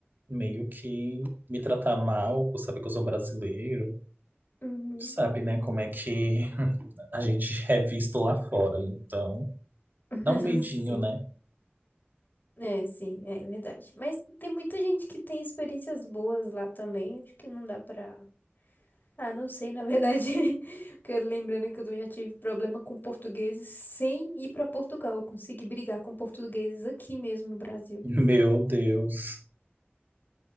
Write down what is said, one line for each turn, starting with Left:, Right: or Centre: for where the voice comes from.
Right: meio que me tratar mal por saber que eu sou brasileiro.
Left: Uhum.
Right: Sabe, né, como é que <laughs> a gente é visto lá fora. Então,
Left: <laughs>
Right: dá um medinho,
Left: Sim,
Right: né?
Left: é, sim, é verdade. Mas tem muita gente que tem experiências boas lá também, acho que não dá pra. Ah, não sei, na verdade, <laughs> porque lembrando que eu também já tive problema com portugueses sem ir pra Portugal, eu consegui brigar com portugueses aqui mesmo no Brasil.
Right: Meu Deus.